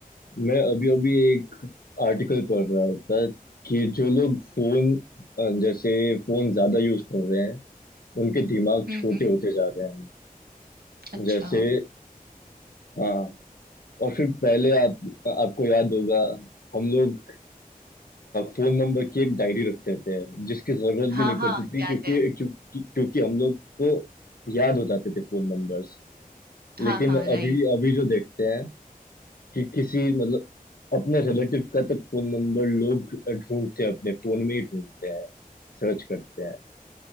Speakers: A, on the left; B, on the right.
A: मैं अभी अभी एक आर्टिकल पढ़ रहा था कि जो लोग फोन अ, जैसे फोन ज्यादा यूज कर रहे हैं उनके दिमाग
B: हुँ,
A: छोटे
B: हुँ।
A: होते जा रहे हैं
B: अच्छा।
A: जैसे हाँ और फिर पहले आप आपको याद होगा हम लोग फोन नंबर की एक डायरी रख देते हैं जिसकी जरूरत
B: हाँ,
A: भी नहीं
B: हाँ,
A: पड़ती थी
B: याद
A: क्योंकि
B: है।
A: क्योंकि क्योंकि हम लोग को याद हो जाते थे फोन नंबर्स
B: हाँ,
A: लेकिन
B: हाँ, राइट।
A: अभी अभी जो देखते हैं कि किसी मतलब अपने रिलेटिव का तक फोन नंबर लोग ढूंढते हैं अपने फोन में ही ढूंढते हैं सर्च करते हैं